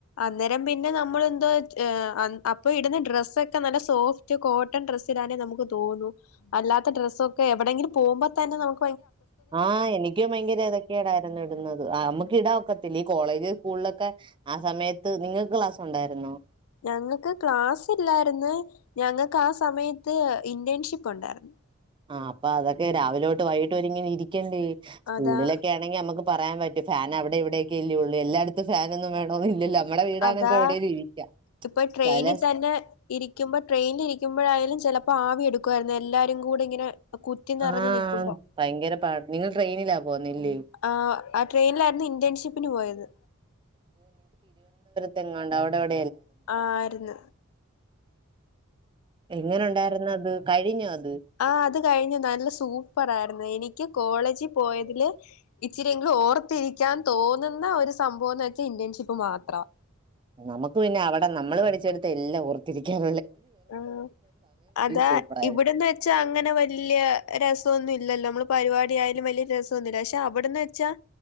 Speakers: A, on the left; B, on the right.
A: അന്നേരം പിന്നെ നമ്മൾ എന്തോ അപ്പൊ ഇടുന്ന ഡ്രസ്സൊക്കെ നല്ല സോഫ്റ്റ് കോട്ടൺ ഡ്രസ് ഇടാനേ നമുക്ക് തോന്നു അല്ലാത്ത ഡ്രസ്സ് ഒക്കെ എവിടെങ്കിലും പോകുമ്പോ തന്നെ നമു
B: ആ എനിക്കും ഭയങ്കര ഏതൊക്കെ ടായിരുന്നു ഇടുന്നത് നമ്മുക്ക് ഇടാൻ ഒ ക്കത്തില്ല ഈ കോളേജ് സ്കൂളിലൊക്കെ ആ സമയത്ത് നിങ്ങൾക്ക് ക്ലാസ്സ് ഉണ്ടായിരുന്നൊ
A: ഞങ്ങൾക്ക് ക്ലാസ് ഇല്ലായിന്ന് ഞങ്ങൾക്ക് ആ സമയത്ത് ഇൻറ്റേണ് ഷിപ്പ് ഉണ്ടായിരുന്നു
B: ആഅപ്പൊ അതൊക്കെ രാവിലോട്ട് വൈകിട്ട്ഇങ്ങനെ ഇരിക്കണ്ടേ സ്കൂളിലൊക്കെ
A: അതാ
B: ആണെങ്കി നമുക്ക് പറയാൻ പറ്റും ഫാൻ അവിടെ ഇവിയൊക്കെ ഇല്ലേ ഉള്ളൂ എല്ലായിടത്തും ഫാനൊന്നും വേണോ ന്നും ഇല്ലല്ലേ നമ്മുടെ വീടാണെപ്പോ
A: അതാ
B: എവിടേലും ഇരിക്കാം
A: ഇപ്പൊ ട്രെയിനിൽ
B: ചില
A: തന്നെ ഇരിക്കുമ്പോ ട്രെയിനിൽ ഇരിക്കുമ്പോഴായാലും ചിലപ്പോ ആവി എടുക്കും ക്കായിരുന്നു എല്ലാരും കൂടി ഇങ്ങനെ കുത്തി നിറഞ്ഞു
B: ആ
A: നിക്കുമ്പോ
B: ഭയങ്കര പാട നിങ്ങൾ ട്രെയിനിലാ പോന്നല്ലേ
A: ആ ആ ട്രെയിനിലായിരുന്നു ഇന്റേൺഷിപ്പിന് പോയത്
B: തെഗാണ്ട് അവിടെടെ
A: ആ ആയിരുന്നു
B: എങ്ങനെ ഉണ്ടായിരുന്ന അത് കഴിഞ്ഞ അത
A: ആ അത് കഴിഞ്ഞു നല്ല സൂപ്പർ ആയിരുന്നു എനിക്ക് കോളേജിൽ പോയതില് ഇച്ചിരിയെങ്കിലും ഓർത്തിരിക്കാൻ തോന്നുന്ന ഒരു സംഭവം എന്ന് വെച്ചാൽ ഇന്റേൺഷിപ്പ് മാത്രം ത്ര
B: നമുക്ക് പിന്നെ അവിടെ നമ്മള് പഠിച്ചെടുത്ത് എല്ലാം ഓർത്തിരിക്കണം
A: ആ അതാ
B: സൂപ്പറായിരുന്നു
A: ഇവിടെന്ന് വെച്ചാ അങ്ങനെ വലിയ രസാ രൊന്നല്ലല്ലോ നമ്മള് പരിപാടിയായാലും വലിയ രസമൊന്നുംല്ല പക്ഷെ അവിടെന്ന് വെച്ചാൽ